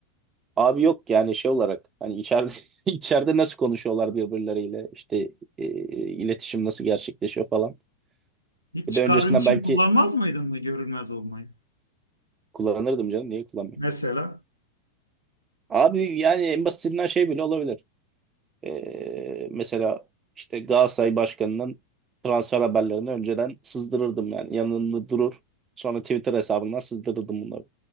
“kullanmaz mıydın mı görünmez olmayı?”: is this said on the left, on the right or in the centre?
Left